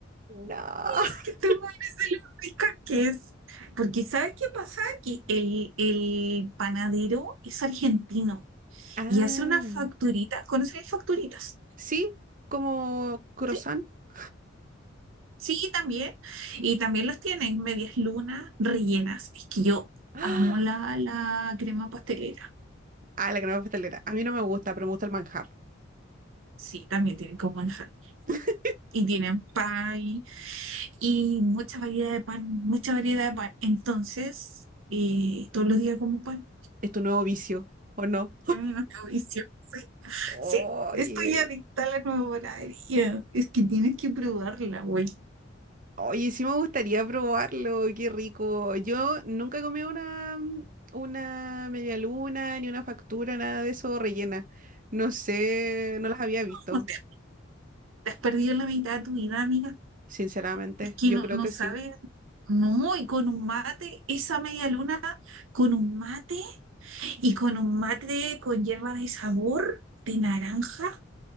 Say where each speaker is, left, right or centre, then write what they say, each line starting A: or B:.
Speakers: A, on the right; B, on the right.
A: No.
B: ¡Uy, es
A: <laughs>
B: que te mueres de lo rica que es! Porque ¿sabes qué pasa? Que el, el panadero es argentino
A: Ah,
B: y hace unas facturitas. ¿Conoces las facturitas?
A: sí, como croissant.
B: ¿Sí?
A: <gasps>
B: Sí, también. Y también los tienen medias lunas rellenas. Es que yo
A: Ah,
B: amo la, la crema pastelera.
A: Ah, la crema pastelera. A mí no me gusta, pero me gusta el manjar.
B: Sí, también tienen como manjar.
A: <laughs>
B: Y tienen pan y mucha variedad de pan, mucha variedad de pan. Entonces, eh, todos los días como pan.
A: ¿Es tu nuevo vicio o no?
B: Es una tradición. Sí,
A: Oye,
B: sí, estoy adicta a la nueva panadería. Es que tienes que probarla, güey.
A: oye, sí me gustaría probarlo, qué rico. Yo nunca he comido una, mm, una media luna, ni una factura, nada de eso rellena. No sé, no las había visto,
B: No, Te, te has perdido la mitad de tu vida, amiga.
A: sinceramente.
B: que
A: Yo
B: no,
A: creo
B: no
A: que
B: sabe,
A: sí.
B: no, y con un mate, esa media luna con un mate y con un mate con hierba de sabor de naranja